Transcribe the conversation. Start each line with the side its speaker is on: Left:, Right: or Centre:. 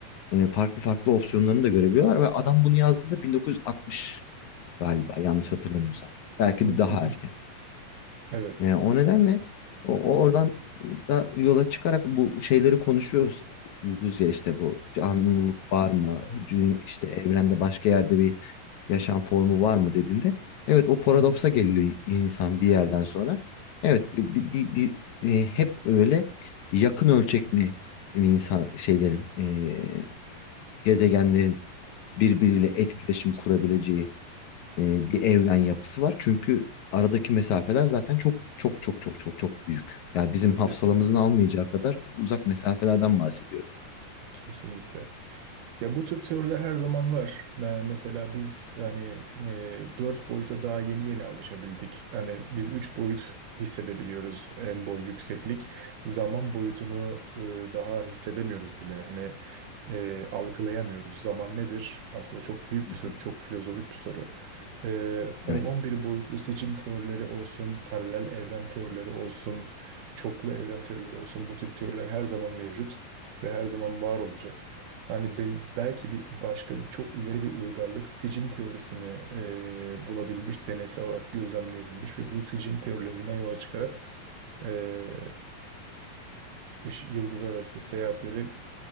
Left: e, farklı farklı opsiyonlarını da görebiliyorlar ve adam bunu yazdığında 1960 galiba yanlış hatırlamıyorsam. Belki
Right: Hı
Left: de daha
Right: hı.
Left: erken.
Right: Evet.
Left: Yani o nedenle o, o oradan da yola çıkarak bu şeyleri konuşuyoruz ya işte bu canlılık var mı? Cü- işte evrende başka yerde bir yaşam formu var mı dediğinde evet o paradoksa
Right: Hı hı.
Left: geliyor insan bir yerden sonra. Evet bir, bir, bir- bir- e, hep öyle yakın ölçekli insan şeylerin e, gezegenlerin birbiriyle etkileşim kurabileceği e, bir evren yapısı var. Çünkü aradaki mesafeler zaten çok çok çok çok çok çok büyük. Yani bizim hafsalamızın
Right: Kesinlikle.
Left: almayacağı kadar uzak mesafelerden bahsediyoruz.
Right: Kesinlikle. Ya bu tür teoriler her zaman var. Me- Mesela biz hani e, dört boyuta daha yeni yeni alışabildik. Hani biz üç boyut hissedebiliyoruz en boy yükseklik. Zaman boyutunu e, daha hissedemiyoruz bile. Hani e, algılayamıyoruz. Zaman nedir? Aslında çok büyük
Left: Hı
Right: bir soru,
Left: hı.
Right: çok filozofik bir soru. E, on
Left: Evet.
Right: on bir boyutlu seçim teorileri olsun, paralel evren teorileri olsun, çoklu evren teorileri olsun bu tip teoriler her zaman mevcut ve her zaman var olacak. Yani bel- belki bir başka çok ileri bir uygarlık sicim teorisini e, bulabilmiş, deneysel olarak gözlemleyebilmiş ve bu sicim teorilerinden yola çıkarak e, ış- yıldız arası seyahatleri